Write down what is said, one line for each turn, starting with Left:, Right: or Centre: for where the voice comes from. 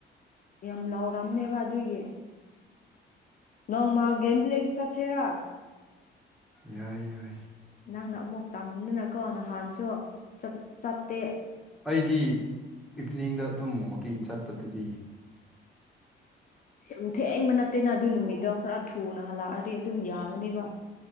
Left: ꯌꯥꯝ ꯂꯥꯎꯔꯝꯅꯦꯕ ꯑꯗꯨꯒꯤ ꯅꯧ ꯃꯥ ꯒꯃꯤ ꯂꯩꯁꯤ ꯆꯠꯆꯦꯔ
Centre: ꯌꯥꯏ ꯌꯥꯏ
Left: ꯅꯪꯅ ꯑꯃꯨꯛ ꯇꯥꯅꯤꯡꯗꯅꯀꯣ ꯅꯍꯥꯟꯁꯨ ꯆꯠꯇꯦ
Centre: ꯑꯩꯗꯤ ꯏꯚꯅꯤꯡꯗ ꯑꯗꯨꯝ ꯋꯥꯛꯀꯤꯡ ꯆꯠꯄꯗꯗꯤ
Left: ꯌꯥꯝ ꯊꯦꯡꯕ ꯅꯠꯇꯦꯅ ꯑꯗꯨ ꯅꯨꯃꯤꯠꯇꯣ ꯈꯔ ꯊꯨꯅ ꯍꯜꯂꯛꯑꯗꯤ ꯑꯗꯨꯝ ꯌꯥꯡꯉꯅꯦꯕ